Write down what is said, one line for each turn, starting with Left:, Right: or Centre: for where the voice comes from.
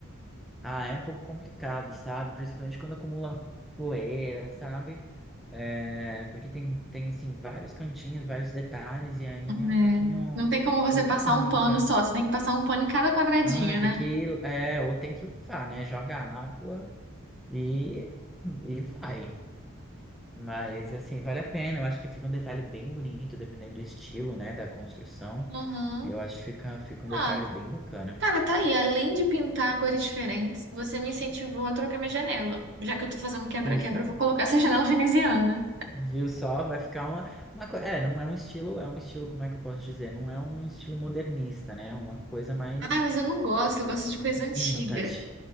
Centre: Ah, é um pouco complicado, sabe? Principalmente quando acumula poeira, sabe? É, porque tem, tem, assim, vários cantinhos, vários detalhes, e aí
Right: É.
Centre: é um pouquinho,
Right: Não
Centre: um
Right: tem como você
Centre: pouquinho
Right: passar
Centre: ruim,
Right: um pano
Centre: sabe?
Right: só, você tem que passar um pano em cada quadradinho,
Centre: Ah, tem
Right: né?
Centre: que, é, ou tem que lavar, né? Joga água e, e vai. Mas, assim, vale a pena. Eu acho que fica um detalhe bem bonito, dependendo do estilo, né, da construção.
Right: Uhum.
Centre: Eu acho que fica, fica um detalhe
Right: Ah,
Centre: bem bacana.
Right: cara, tá aí. Além de pintar cores diferentes, você me incentivou a trocar minha janela. Já que eu tô fazendo quebra-quebra,
Centre: Viu só?
Right: eu vou colocar essa <laughs> janela veneziana.
Centre: Viu só? Vai ficar uma, uma coisa. É, não é um estilo, é um estilo, como é que eu posso dizer? Não é um estilo modernista, né? É Uma coisa mais
Right: Ah, mas eu não gosto, eu gosto de coisa
Centre: vintage.
Right: antiga.